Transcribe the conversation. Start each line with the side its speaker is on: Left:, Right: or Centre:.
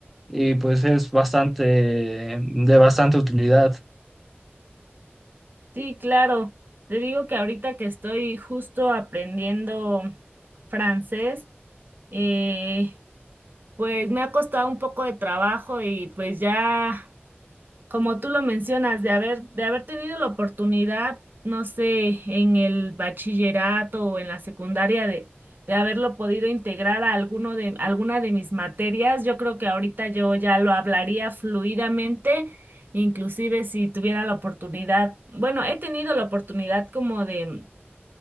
Centre: y pues es bastante, mm, de bastante utilidad.
Right: Sí, claro. Te digo que ahorita que estoy justo aprendiendo francés, eh, pues me ha costado un poco de trabajo y pues ya. como tú lo mencionas, de haber, de haber tenido la oportunidad, no sé, en el bachillerato o en la secundaria de, de haberlo podido integrar a alguno de, alguna de mis materias, yo creo que ahorita yo ya lo hablaría fluidamente, inclusive si tuviera la oportunidad, bueno, he tenido la oportunidad como de,